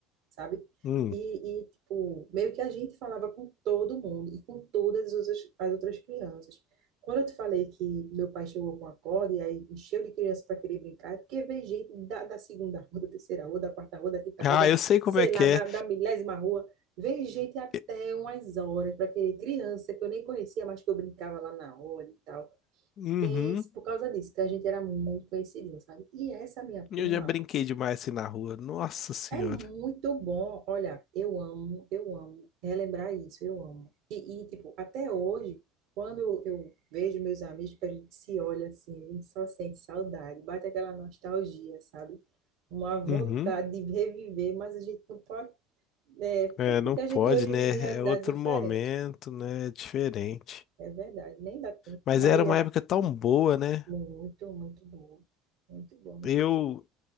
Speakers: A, on the right; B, on the left.
A: sabe?
B: Hum.
A: E, e, tipo, meio que a gente falava com todo mundo e com todas as outras, as outras crianças. Quando eu te falei que meu pai chegou com a corda e aí encheu de criança para querer brincar, é porque veio gente da, da segunda rua, da terceira rua, da quarta rua, da quinta
B: Ah,
A: rua, da,
B: eu sei como
A: sei
B: é que
A: lá,
B: é.
A: da, da milésima rua. Veio gente até
B: E-
A: umas horas para querer criança que eu nem conhecia, mas que eu brincava lá na hora e tal.
B: Uhum.
A: Pense, por causa disso, que a gente era muito conhecido, sabe? E essa minha
B: Eu
A: prima
B: já brinquei demais assim na rua. Nossa Senhora.
A: é muito bom. Olha, eu amo, eu amo relembrar isso, eu amo. E, e, tipo, até hoje, quando eu vejo meus amigos, que a gente se olha assim, a gente só sente saudade, bate aquela nostalgia, sabe? Uma vontade
B: Uhum.
A: de reviver, mas a gente não pode, né? Até
B: É,
A: porque
B: não pode,
A: a gente hoje
B: né?
A: vive realidade
B: É outro
A: diferente.
B: momento, né? É diferente.
A: É verdade, nem dá tempo.
B: Mas
A: A maioria,
B: era uma
A: é
B: época tão boa, né?
A: muito, muito bom. Muito bom, muito
B: Eu,
A: bom.